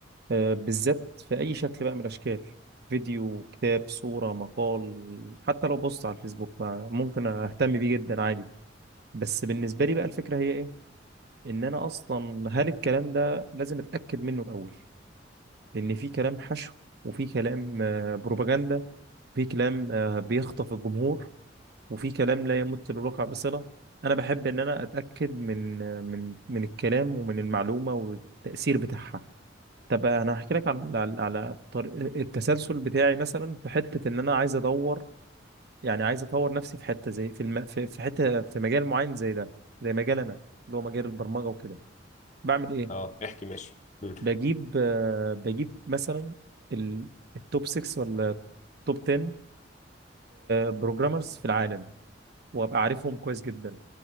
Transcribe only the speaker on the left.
اه احكي ماشي مم.